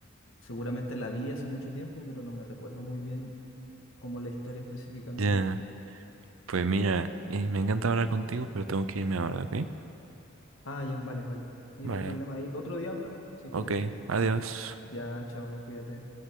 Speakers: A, on the left; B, on the right.
A: Seguramente la vi hace mucho tiempo, pero no me recuerdo muy bien cómo la historia específicamente.
B: Ya, pues mira, eh, me encanta hablar contigo, pero tengo que irme ahora, ¿ok?
A: Ah, ya, vale, vale. Sí,
B: Vale,
A: no hay problema. Ahí otro día hablamos, si quieres.
B: ok, adiós.
A: Ya, chao, cuídate.